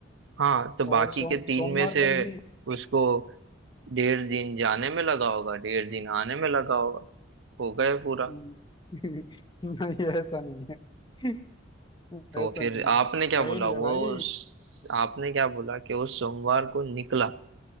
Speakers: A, on the right (about 75°); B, on the left (about 25°).
A: हाँ तो बाकी
B: और सो,
A: के तीन
B: सोमवार
A: में से
B: पर ही
A: उसको डेढ़ दिन जाने में लगा होगा डेढ़ दिन आने में लगा होगा हो गए पूरा
B: न- <laughs> नहीं ऐसा नहीं है
A: तो
B: ऐसा
A: फिर
B: नहीं
A: आपने
B: है
A: क्या
B: पहेली
A: बोला वो
B: है भाई
A: स- आपने क्या बोला कि वो सोमवार को निकला